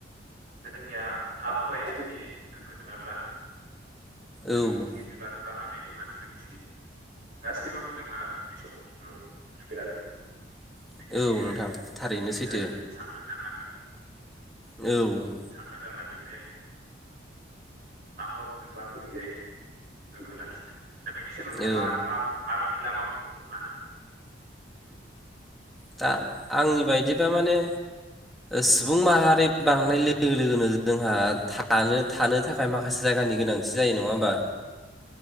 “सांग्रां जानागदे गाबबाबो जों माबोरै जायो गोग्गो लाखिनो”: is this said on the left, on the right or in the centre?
Right